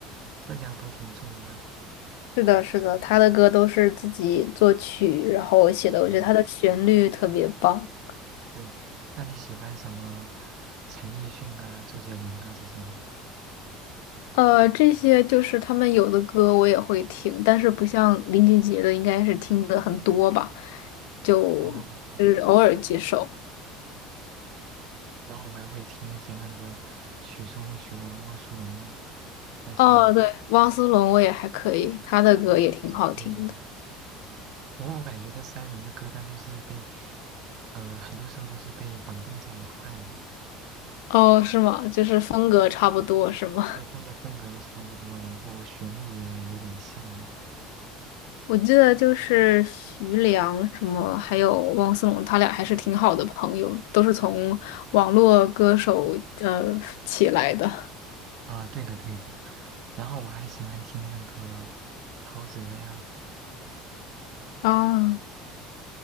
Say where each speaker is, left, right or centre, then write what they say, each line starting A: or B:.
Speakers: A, on the right; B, on the left.
A: 分量都挺重的。
B: <laughs> 是的，是的，他的歌都是自己作曲，
A: 嗯
B: 然后写的，我觉得他的旋律特别棒。
A: 对对，那你喜欢什么陈奕迅啊、周杰伦啊这些吗？
B: 呃，这些就是他们有的歌我也会听，但是不像林俊杰的，
A: 嗯
B: 应该是听的很多吧，就是偶尔几首。
A: 哦哦哦，然后我还会听一些那个许嵩、许良、汪苏泷啊那些。
B: 哦，对，汪苏泷我也还可以，
A: 嗯
B: 他的歌也挺好听的。
A: 对对对，不过我感觉这三人的歌单都是被，呃，很多时候都是被绑定在一块的，
B: 哦，是吗？就是风格差不多，是吗？
A: 对，他们的风格都差不多，然后旋律也有点像嘛。
B: 我记得就是徐良什么，还有汪苏泷，他俩还是挺好的朋友，都是从网络歌手呃起来的。
A: 啊，对的对的。然后我还喜欢听那个陶喆呀，
B: 啊，